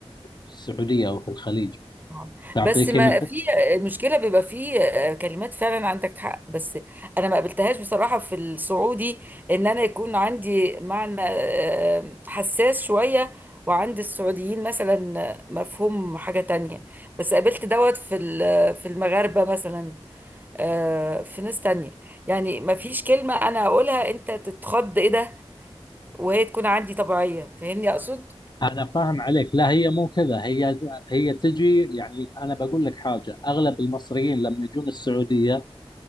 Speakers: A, on the left; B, on the right.
A: في السعوديه او في الخليج
B: آه.
A: تعطيكي
B: بس ما
A: مثل
B: في المشكله بيبقى في آه، كلمات فعلا عندك حق بس انا ما قابلتهاش بصراحه في السعودي ان انا يكون عندي معنى آه، حساس شويه وعند السعوديين مثلا مفهوم حاجه تانية بس قابلت دوت في ال- في المغاربه مثلا آه، في ناس تانية يعني ما فيش كلمه انا اقولها انت تتخض ايه ده وهي تكون عندي طبيعيه فاهمني اقصد
A: انا فاهم عليك لا هي مو كذا هي هي تجي يعني انا بقول لك حاجه اغلب المصريين لما يجون السعوديه